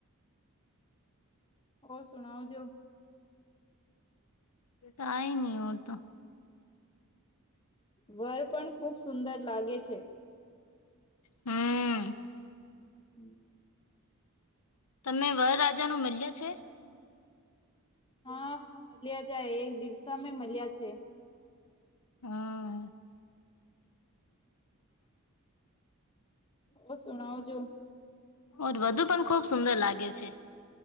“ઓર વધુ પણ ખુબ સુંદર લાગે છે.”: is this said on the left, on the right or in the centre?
Left